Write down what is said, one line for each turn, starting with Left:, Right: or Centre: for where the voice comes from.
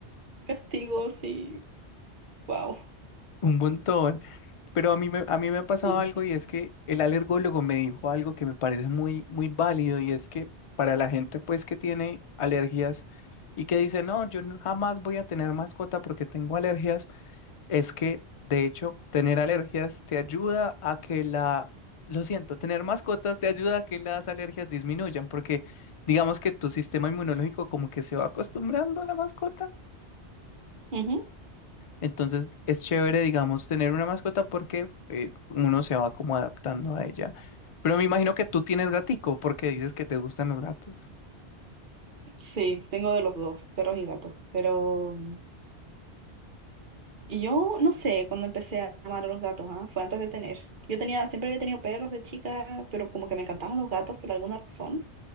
Right: castigo así, wow.
Left: Un montón. Pero a mí me, a mí me ha pasado
Right: Sí.
Left: algo y es que el alergólogo me dijo algo que me parece muy, muy válido y es que para la gente pues que tiene alergias y que dice, no, yo no- jamás voy a tener mascota porque tengo alergias, es que de hecho tener alergias te ayuda a que la, lo siento, tener mascotas te ayuda a que las alergias disminuyan porque digamos que tu sistema inmunológico como que se va acostumbrando a la mascota.
Right: Ujú.
Left: Entonces es chévere, digamos, tener una mascota porque eh, uno se va como adaptando a ella. Pero me imagino que tú tienes gatico porque dices que te gustan los gatos.
Right: Sí, tengo de los dos, perros y gatos. Pero mm, y yo no sé cuando empecé a amar a los gatos, ¿ah? Fue antes de tener. Yo tenía, siempre había tenido perros de chica, pero como que me encantaban los gatos por alguna razón,